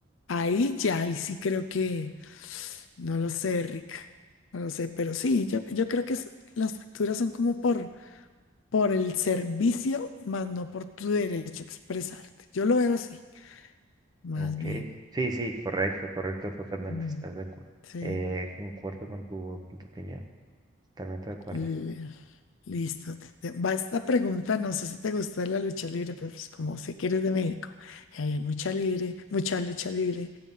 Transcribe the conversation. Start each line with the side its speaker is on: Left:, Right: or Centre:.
Left: Ahí ya, ahí sí creo que, no lo sé, Rick, no lo sé, pero sí, yo, yo creo que es- las facturas son como por, por el servicio, más no por tu derecho a expresarte. Yo lo veo así, más
Right: Ok,
Left: bien.
Right: sí, sí, correcto, correcto, totalmente,
Left: Mm,
Right: estás de acuerdo.
Left: sí.
Right: Eh, concuerdo con tu, con tu opinión, totalmente de acuerdo.
Left: L- Listo. te- Va esta pregunta, no sé si te gusta la lucha libre, pero pues como sé que eres de México y ahí hay mucha libre, mucha lucha libre,